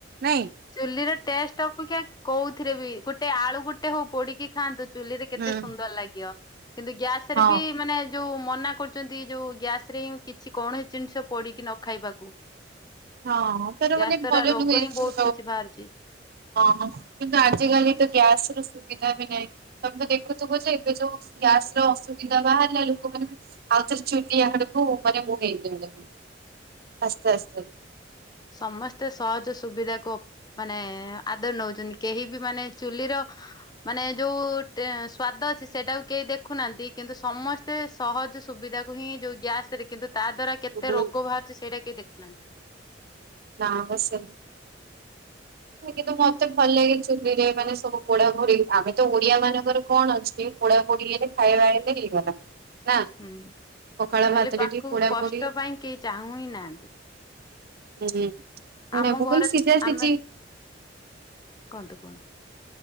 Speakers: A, on the right; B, on the left.
A: ନାଇଁ
B: ଚୁଲି ର ଟେଷ୍ଟ ଅପେକ୍ଷା କୋଉଥିରେ ବି ଗୋଟେ ଆଳୁ ଗୋଟେ ହଉ ପୋଡିକି ଖାଆନ୍ତୁ। ଚୁଲିରେ କେତେ
A: ହୁଁ
B: ସୁନ୍ଦର ଲାଗିବ। କିନ୍ତୁ ଗ୍ୟାସ ରେ
A: ହଁ
B: ବି ମାନେ ଯୋଉ ମନା କରୁଛନ୍ତି ଯୋଉ ଗ୍ୟାସ ରେ ହିଁ କିଛି କୌଣସି ଜିନିଷ ପଡିକି ନ ଖାଇବାକୁ।
A: ହଁ ତାର
B: ଗ୍ୟାସ
A: ମାନେ
B: ଦ୍ଵାରା
A: ଭଲ
B: ରୋଗ
A: ନୁହେଁ
B: ହିଁ
A: ସେ
B: ବହୁତ କିଛି ବାହାରୁଚି।
A: ହଁ କିନ୍ତୁ ଆଜ କାଲି ତ ଗ୍ୟାସ ର ସୁବିଧା ବି ନାହିଁ ତମେ ତ ଦେଖୁଥିବ ଯେ ଏବେ ଯୋଉ ଗ୍ୟାସ ର ଅସୁବିଧା ବାହାରିଲା ଲୋକମାନୋନ ବି ଆଉଥରେ ଚୁଲିଆ ଆଡକୁ ମାନେ ମୁଁ ହେଇଲେଣି ଆସ୍ତେ ଆସ୍ତେ।
B: ସମସ୍ତେ ସହଜ ସୁବିଧାକୁ ମାନେ ଆଦର ନଉଛନ୍ତି କେହି ବି ମାନେ ଚୁଲିର ମାନେ ଯୋଉ ସ୍ଵାଦ ଅଛି ସେଇଟାକୁ କେହି ଦେଖୁନାହାନ୍ତି କିନ୍ତୁ ସମସ୍ତେ ସହଜ ସୁବିଧାକୁ ହିଁ ଯୋଉ ଗ୍ୟାସ ରେ କିନ୍ତୁ ତା ଦ୍ଵାରା କେତେ
A: ହୁଁ।
B: ରୋଗ ବାହାରୁଛି ସେଇଟା କେହି ଦେଖୁନାହାନ୍ତି।
A: ନା ବ ସେ କିନ୍ତୁ ମତେ ଭଲ ଲାଗେ ଚୁଲିରେ ମାନେ ସବୁ ପୋଡାପୋଢ ଆମେ ତ ଓଡିଆ ମାନଙ୍କର କଣ ଅଛି ପୋଡା ପୋଢଡି ହେଇଲେ ଖାଇବା ହେଲେ ହେଇଗଲା। ନା
B: ହୁଁ
A: ପଖାଳ
B: ଚୁଲି
A: ଭାତରେ
B: ପାଖକୁ
A: ଟିକେ ପୋଡା
B: କଷ୍ଟ
A: ପୋଡି
B: ପାଇଁ କେହି ଚାହୁଁ ହିଁ ନାହାନ୍ତି।
A: <unintelligible>
B: ଆମ
A: ମୁଁ
B: ଘରେ
A: କହିଲି ସିଝା ସିଝି
B: ଆମେ କୁହନ୍ତୁ କୁହନ୍ତୁ।